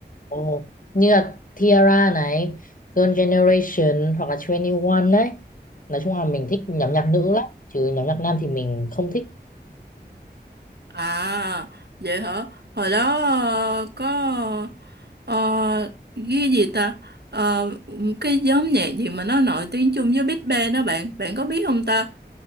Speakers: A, on the left; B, on the right.
A: ồ, như là Tiara này, Girl Generation hoặc là 21 đấy. Nói chung là mình thích nhóm nhạc nữ lắm, chứ nhóm nhạc nam thì mình không thích.
B: À, vậy hả? Hồi đó ờ, có ờ, cái gì ta? Ờ, cái nhóm nhạc gì mà nó nổi tiếng chung với Big Bang đó bạn, bạn có biết không ta?